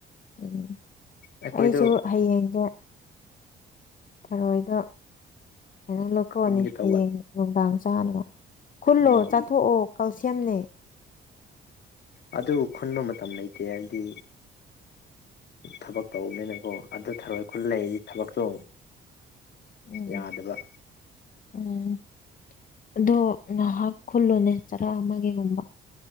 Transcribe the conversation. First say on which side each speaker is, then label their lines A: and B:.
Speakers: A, on the left; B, on the left.
A: ꯎꯝ
B: ꯑꯩꯈꯣꯏꯗꯣ
A: ꯑꯩꯁꯨ ꯍꯌꯦꯡꯁꯦ ꯊꯔꯣꯏꯗꯣ ꯀꯩꯅꯣ ꯂꯧꯊꯣꯛꯑꯅꯤ
B: ꯈꯪꯒꯦ ꯇꯧꯕ
A: ꯍꯌꯦꯡ ꯅꯨꯡꯗꯥꯡ ꯆꯥꯅꯕ ꯈꯨꯜꯂꯣ
B: ꯑꯣ
A: ꯆꯥꯊꯣꯛꯑꯣ ꯀꯜꯁꯤꯌꯝꯅꯦ
B: ꯑꯗꯨ ꯈꯨꯟꯕ ꯃꯇꯝ ꯂꯩꯇꯦ ꯍꯥꯏꯗꯤ ꯊꯕꯛ ꯇꯧꯕꯅꯤꯅꯀꯣ ꯑꯗꯨ ꯊꯔꯣꯏ ꯈꯨꯠ ꯂꯩꯔꯤꯗꯤ ꯊꯕꯛꯇꯣ
A: ꯎꯝ
B: ꯌꯥꯗꯕ
A: ꯎꯝ ꯑꯗꯣ ꯉꯍꯥꯛ ꯈꯨꯜꯂꯨꯅꯦ ꯆꯔꯥ ꯑꯃꯒꯤꯒꯨꯝꯕ